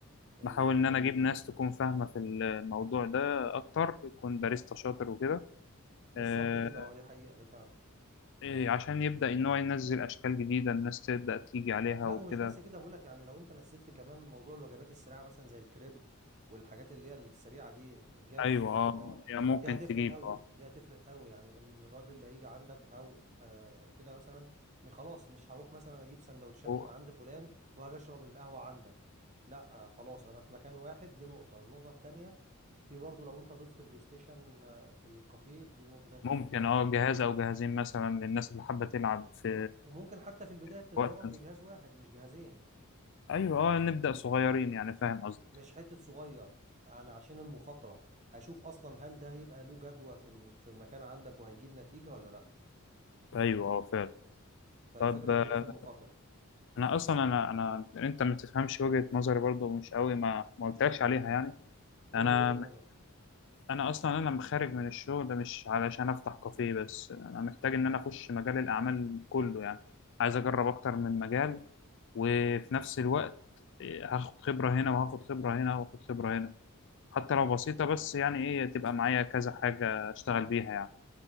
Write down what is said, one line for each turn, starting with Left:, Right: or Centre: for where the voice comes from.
Right: ال...
Left: بحاول إن أنا أجيب ناس تكون فاهمة في الموضوع ده أكتر يكون باريستا شاطر وكده
Right: بالظبط
Left: آه،
Right: كده اه دي حقيقة ده فعلا
Left: إيه، عشان يبدأ إن هو ينزل أشكال جديدة الناس تبدأ تيجي عليها
Right: لا
Left: وكده
Right: ومش بس كده بقولك يعني لو انت نزلت كمان موضوع الوجبات السريعه مثلا زي الكريب والحاجات اللي هي السريعه دي جام
Left: أيوة
Right: في اه
Left: أه يعني ممكن
Right: دي هتفرق
Left: تجيب
Right: قوي
Left: أه
Right: دي هتفرق قوي يعني ان الراجل اللي هيجي عندك او آه كده مثلا م- خلاص مش هروح مثلا اجيب سندوتشات
Left: هو-
Right: من عند فلان وهاجي اشرب القهوه عندك لا آه خلاص انا في مكان واحد دي نقطه النقطه التانيه في برضه لو انت ضفت بلاي ستيشن آه، في الكافيه دي النقطه دي هتفرق
Left: ممكن
Right: جدا
Left: أه جهاز أو جهازين مثلا للناس اللي حابة تلعب في
Right: وممكن حتى في البدايه
Left: في
Right: تجرب
Left: وقت
Right: بجهاز واحد مش جهازين
Left: أيوة أه نبدأ صغيرين يعني فاهم قصدي
Right: مش حتة صغير انا عشان المخاطرة هشوف اصلا هل ده هيبقى له جدوى في الم- في المكان عندك وهيجيب نتيجة ولا لا
Left: أيوة أه فعلا
Right: فالفكرة
Left: طب آه،
Right: كلها في المخاطرة
Left: أنا أصلا أنا أنا أنت ما تفهمش وجهة نظري برضو مش قوي ما ما قلتلكش عليها يعني
Right: قول
Left: أنا
Right: لي وجهة نظرك
Left: انا اصلا انا خارج من الشغل ده مش علشان افتح كافيه بس انا محتاج ان انا اخش مجال الاعمال كله يعني عايز اجرب اكتر من مجال وفي نفس الوقت إيه، هاخد خبرة هنا وهاخد خبرة هنا وهاخد خبرة هنا حتى لو بسيطة بس يعني ايه تبقى معايا كذا حاجة اشتغل بيها يعني